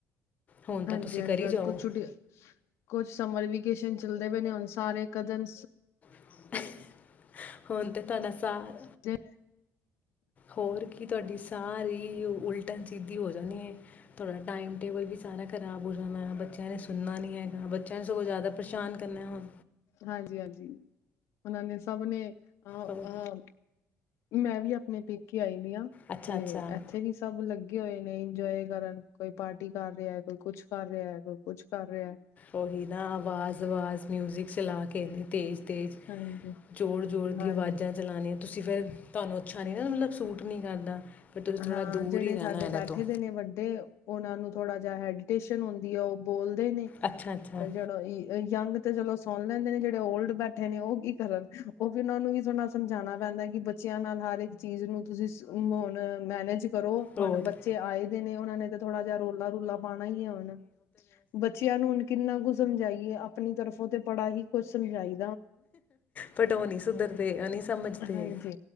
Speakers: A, on the left; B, on the left.
A: ਹੁਣ ਤਾਂ
B: ਹਾਂਜੀ,
A: ਤੁਸੀਂ
B: ਹਾਂਜੀ
A: ਕਰੀ
B: ਅੱਜ
A: ਜਾਓ
B: ਕੁਝ ਛੁੱਟੀ ਹੈ। <unintelligible> ਕੁਛ ਸਮਰ ਵੇਕੇਸ਼ਨ ਚੱਲਦੇ ਪਏ ਨੇ। ਹੁਣ ਸਾਰੇ ਕਦਮ
A: <unintelligible>
B: ਤੇ!
A: ਹੋਰ ਕੀ ਤੁਹਾਡੀ ਸਾਰੀ ਉਲਟਨ ਸਿੱਧੀ ਹੋ ਜਾਣੀ ਹੈ! ਤੁਹਾਡਾ ਟਾਈਮ ਟੇਬਲ ਵੀ ਸਾਰਾ ਖ਼ਰਾਬ ਹੋ ਜਾਣਾ ਬੱਚਿਆਂ ਨੇ ਸੁਣਨਾ ਨਹੀਂੀ ਹੈਗਾ ਬੱਚਿਆਂ ਨੂੰ ਸਗੋਂ ਜ਼ਿਆਦਾ ਪਰੇਸ਼ਾਨ ਕਰਨਾ ਹੁਣ
B: ਹਾਂਜੀ, ਹਾਂਜੀ। ਉਹਨਾਂ ਨੇ ਸਭ ਨੇ ਅਹ!
A: ਹੋਰ
B: ਅਹ! ਮੈਂ ਵੀ ਆਪਣੇ ਪੇ ਕੇ ਆਈ
A: ਅੱਛਾ
B: ਤੇ
A: ਅੱਛਾ
B: ਇੱਥੇ ਵੀ ਸਭ ਲੱਗੇ ਗੇ ਹੋਏ ਨੇ ਇੰਜੋਏ ਕਰਨ। ਕੋਈ ਪਾਰਟੀ ਕਰ ਰਿਹਾ। ਕੋਈ ਕੁਛ ਕਰ ਰਿਹਾ ਹੈ। ਕੋਈ ਕੁੱਛ ਕਰ ਰਿਹਾ।
A: ਉਹੀ ਨਾ ਆਵਾਜ਼ - ਆਵਾਜ਼! ਮਿਊਜਿਕ ਚਲਾ ਕੇ ਇੰਨੀ ਤੇਜ਼ ਤੇ
B: ਹਾਂਜੀ
A: ਜੋਰ-ਜੋੋਰ
B: ਹਾਂਜੀ
A: ਦੀ ਆਵਾਜ਼ਾਂ ਚਲਾਨੀਆਂ ਤੁਸੀਂ। ਤੁਸੀਂ ਫੇਿਰ ਤੁਹਾਨੂੰ ਅੱਛਾ ਨੀ ਨਾ ਮਤਲਬ ਸੂਟ ਨੀ ਕਰਦਾ। <unintelligible>
B: ਹਾਂ!
A: ਦੂਰ
B: ਜਿਹੜੇ
A: ਹੀ ਰਹਿਣਾ
B: ਸਾਡੇ
A: ਇਹਦੇ
B: ਬੈਠੇ
A: ਤੋਂ
B: ਦੇ ਨੇ ਵੱਡੇ। ਉਹਨਾਂ ਨੂੰ ਥੋੜਾ ਜਿਹਾ ਹੈਡੀਟੇਸ਼ਨ ਹੁੰਦੀ ਹੈ ਉਹ ਬੋਲ ਨੇ
A: ਅੱਛਾ ਅੱਛਾ
B: ਜਹੜੋ ਯੰਗ। <unintelligible> ਚਲੋ ਸੁਣ ਲੈਂਦੇ ਨੇ। ਜਿਹੜੇ ਓਲਡ ਬੈਠੇ ਨੇ ਉਹ ਇੱਕਬ। <unintelligible> ਕਰਨ ਉਹ ਫਿਰ ਉਹ ਨੂੰ ਵੀ ਥੋੜ੍ਹਾ ਸਮਝਾਉਣਾ ਪੈਂਦਾ ਕਿ ਬੱਚਿਆਂ ਨਾਲ ਹਰ ਇੱਕ ਚੀਜ਼ ਨੂੰ। <unintelligible> ਤੁਸੀਂਮਣ ਮੈਨੇਜ ਕਰੋ
A: ਹੋਰ
B: ਹਨੁ ਬੱਚੇ ਆਏ ਦੇ ਨੇ। ਉਹਨਾਂ ਨੇ ਥੋੜਾ ਜਹਾ ਰੋ ਲਾ ਰੁਲਾ ਪਾਉਣਾ ਹੀ ਹੈ। ਹੁਣ ਬੱਚਿਆਂ ਨੂੰ ਹੁਣ ਕਿੰਨਾ ਕੁ ਸਮਝਾਈਏ ਆਪਣੀ ਤਰਫੋਂ ਤੇ ਪੜਾ ਹੀ ਕੁੱਝ ਸਮਝਾਈ
A: ਪਟ ਉਹ ਨੀ ਸੁਧਰਦੇ ਉਹ ਨਹੀਂੀ ਸਮਝਦੇ
B: ਹਾਂਜੀ